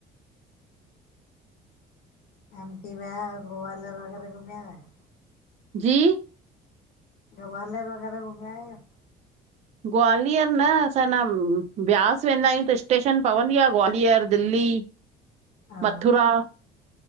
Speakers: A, on the left; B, on the right.
A: एम, पी में ग्वालयर वग़ैरा घुमया आयो?
B: जी
A: ग्वारलर वगैरा घुमयायो?
B: ग्वालियर न, असां न ब्यास वेंदायूं त स्टेशन पवंदी आ ग्वालियर, दिल्ली।
A: हा
B: मथुरा।